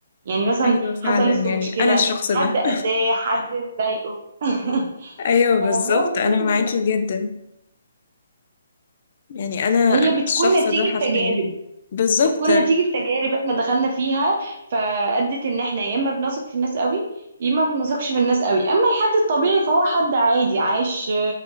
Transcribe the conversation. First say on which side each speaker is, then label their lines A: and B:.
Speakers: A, on the right; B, on the left.
A: يعني مثلا
B: ايوه فعلا
A: حصلت
B: يعني
A: له مشكله
B: انا الشخص
A: حد
B: ده <laughs>
A: اذاه حد ضايقه <laughs>
B: ايوه
A: فهو
B: بالظبط
A: ممكن
B: انا
A: من
B: معاكي جدا يعني انا انا
A: هي بتكون
B: الشخص
A: نتيجة
B: ده حرفيا
A: تجارب
B: بالظبط
A: بتكون نتيجة تجارب احنا دخلنا فيها فأدت ان احنا يا اما بنثق في الناس قوي يا اما ما بنثقش في الناس قوي اما الحد الطبيعي فهو حد عادي عايش